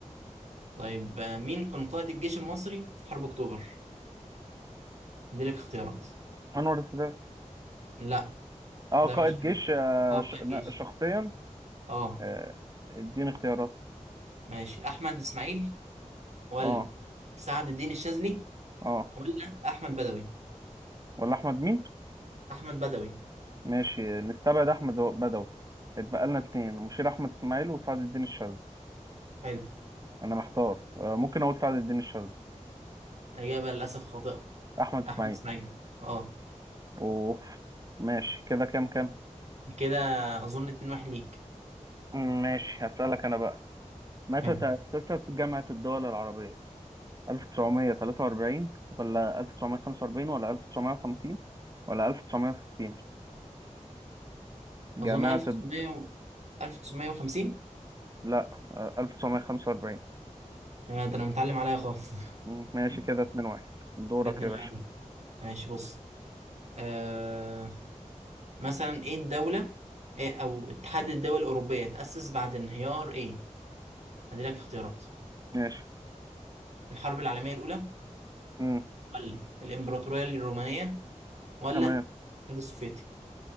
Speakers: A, on the right (about 60°); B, on the right (about 30°).
A: طيب آه، مين كان قائد الجيش المصري في حرب اكتوبر دي لك اختيارات
B: انور السادات
A: لا
B: اه
A: ده
B: قائد
A: مش
B: جيش آه،
A: اه
B: ش-
A: قائد
B: نا-
A: جيش
B: شخصيا
A: اه
B: آه، اديني اختيارات
A: ماشي احمد اسماعيل ولا
B: اه
A: سعد الدين الشاذلي
B: اه
A: ولا احمد بدوي
B: ولا احمد مين
A: احمد بدوي
B: ماشي نستبعد احمد بدوي اتبقى لنا اتنين مشير احمد اسماعيل وسعد الدين الشاذلي
A: حلو
B: انا محتار آه، ممكن اقول سعد الدين الشاذلي
A: اجابه للاسف خاطئه
B: احمد
A: احمد
B: اسماعيل
A: اسماعيل اه
B: اوف ماشي كده كام كام
A: كده اظن 2 1 ليك
B: ماشي هسألك انا بقى متى
A: حلو
B: تأسست جامعة الدول العربية 1943 ولا 1945 ولا 1950 ولا 1960 جامعة
A: اظن 1900
B: الد...
A: و- 1950
B: لا آه، 1945
A: آه، ده انا متعلم عليا خالص <laughs>
B: مم، ماشي كده 2 1 دورك
A: كده 2
B: يا
A: 1
B: باشا
A: ليك ماشي بص آه مثلا ايه الدوله إيه او اتحاد الدول الاوروبيه تاسس بعد انهيار ايه هدي لك اختيارات
B: ماشي
A: الحرب العالميه الاولى
B: مم،
A: ولا الامبراطوريه الرومانيه ولا
B: تمام
A: الاتحاد السوفيتي